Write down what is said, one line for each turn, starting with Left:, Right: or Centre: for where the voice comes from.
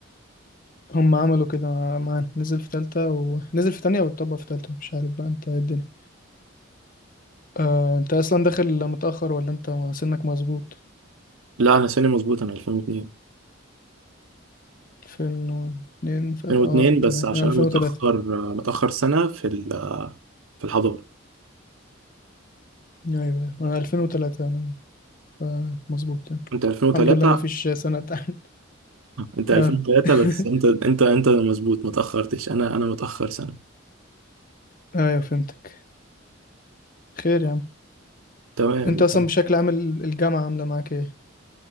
Left: هم عملوا كده معانا نزل في تالتة ونزل في تانية واتطبق في تالتة مش عارف بقى انت ايه الدنيا آه، انت اصلا داخل متأخر ولا انت سنك مظبوط
Right: لا أنا سنة مظبوط أنا 2002
Left: ألفين واتنين ف... اه
Right: 2002 بس
Left: تمام
Right: عشان
Left: انا ألفين
Right: أنا متأخر
Left: وتلاتة
Right: آه، متأخر سنة في ال آه، في الحضانة
Left: ايوه انا ألفين وتلاتة انا ف- مظبوط يعني
Right: أنت 2003
Left: الحمد لله ما فيش سنة تحت
Right: أنت
Left: اه
Right: 2003
Left: <laughs>
Right: بس أنت أنت أنت مظبوط متأخرتش أنا أنا متأخر سنة
Left: ايوه فهمتك خير يا عم
Right: تمام
Left: انت اصلا بشكل عام ال- الجامعة عاملة معاك ايه